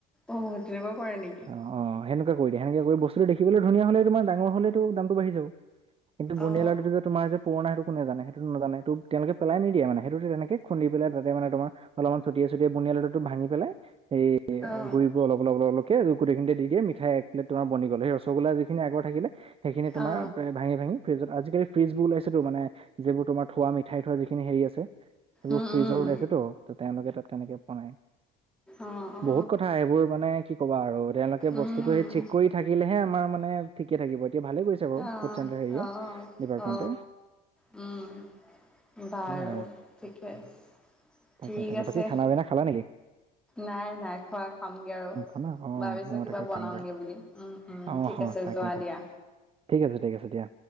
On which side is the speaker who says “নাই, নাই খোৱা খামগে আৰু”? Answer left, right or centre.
Centre